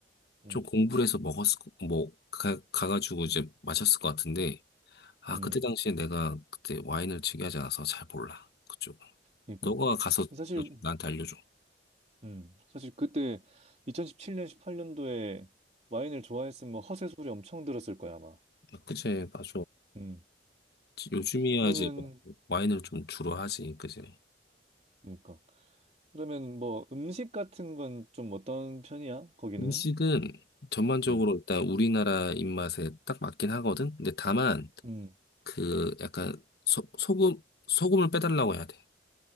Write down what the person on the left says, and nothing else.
좀 공부를 해서 먹었을, 거- 뭐, 가, 가가지고 이제 마셨을 것 같은데, 아,
그때 당시에 내가 그때 와인을 즐겨하지 않아서 잘 몰라. 그쪽은.
너가 가서
나- 나한테 알려줘.
아, 그치, 맞아.
요즘이야
이제 뭐 와인을
좀 주로 하지, 그치.
음식은 전반적으로
일단 우리나라 입맛에 딱 맞긴 하거든? 근데 다만,
그 약간 소, 소금, 소금을 빼달라고 해야 돼.